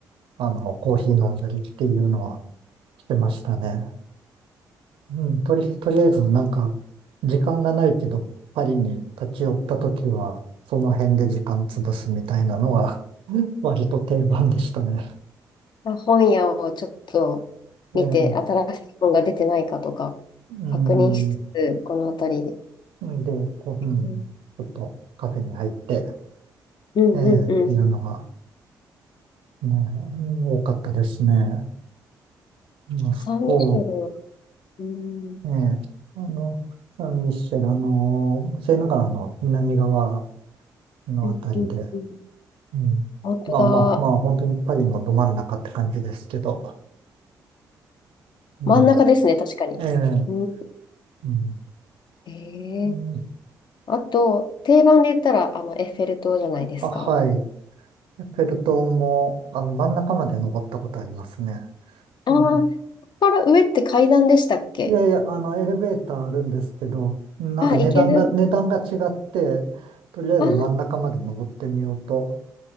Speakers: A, on the right; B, on the left.
A: あの、コーヒー飲んだりっていうのはしてましたね。うん、とり、とりあえずなんか、時間がないけど、パリに立ち寄った時は、その辺で時間潰すみたいなのが割と定番でしたね。
B: まあ、本屋をちょっと見て、
A: ええ、
B: 新しい本が出てないかとか、
A: うん。
B: 確認しつつ、この辺りで。
A: うんで、こう、うん、
B: うん
A: ちょっとカフェに入って、
B: うんうんうん。
A: ええっていうのが、ね、うん多かったですね。まあ、
B: サンミシェルは、
A: そ
B: うん、
A: うええあの、サンミッシェル、あの、セーヌ川の南側のあたりで、
B: うんうんうん。
A: うん、
B: 本当だ。
A: まあまあまあ、本当にパリのど真ん中って感じですけど、うん、
B: 真ん中ですね、確かに。
A: ええ
B: うん、
A: うん、
B: へ
A: うん
B: えあと、定番で言ったら、あの、エッフェル塔じゃないですか。
A: あ、はい。エッフェル塔も、あの、真ん中まで登ったことありますね。
B: ああ、
A: ええ
B: ここから上って階段でしたっけ
A: いやいや、あの、エレベーターあるんですけど、なんか値段が、
B: あ、行ける。
A: 値段が違って、とりあえず真ん中まで登ってみようと
B: ああ、